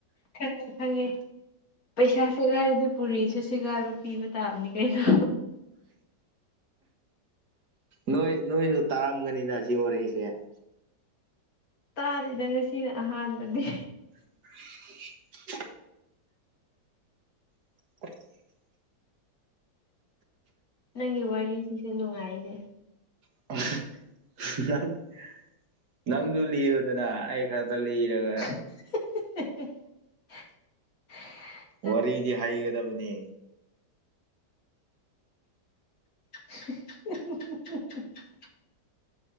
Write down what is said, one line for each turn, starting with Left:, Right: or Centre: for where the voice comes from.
Left: ꯈꯪꯉꯦ ꯈꯪꯉꯦ ꯄꯩꯁꯥ ꯁꯦꯒꯥꯏꯔꯗꯤ ꯄꯨꯔꯤꯁꯨ ꯁꯦꯒꯥꯏꯕ ꯄꯤꯕ ꯇꯥꯕꯅꯤ ꯀꯩꯅꯣ
Right: ꯅꯣꯏ ꯅꯣꯏꯁꯨ ꯇꯥꯔꯝꯒꯅꯤꯗ ꯁꯤ ꯋꯥꯔꯤꯁꯦ
Left: ꯇꯥꯗꯦꯗꯥ ꯉꯁꯤꯅ ꯑꯍꯥꯟꯕꯅꯦ
Right: <unintelligible> <unintelligible>
Left: ꯅꯪꯒꯤ ꯋꯥꯔꯤꯁꯤꯗꯤ ꯅꯨꯡꯉꯥꯏꯅꯦ
Right: <unintelligible> ꯅꯪꯁꯨ ꯂꯤꯌꯨꯗꯅ ꯑꯩ ꯈꯛꯇꯥ ꯂꯤꯔꯒ
Left: <unintelligible>
Right: ꯋꯥꯔꯤꯗꯤ ꯍꯥꯏꯩꯒꯗꯕꯅꯤ
Left: <unintelligible>